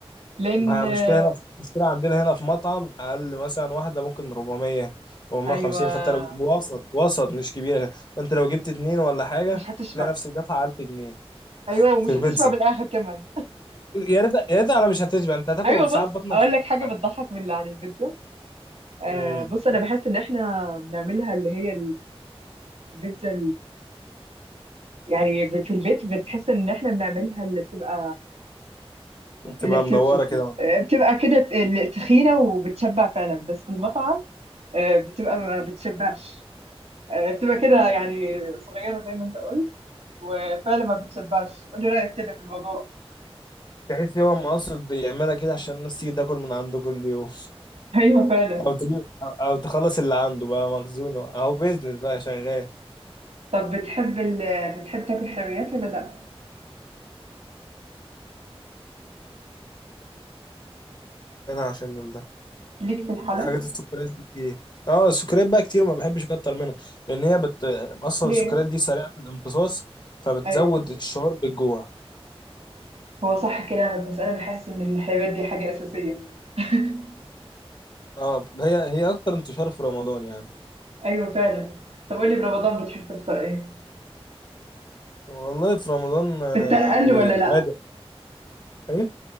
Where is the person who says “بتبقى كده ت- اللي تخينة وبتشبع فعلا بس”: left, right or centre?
Right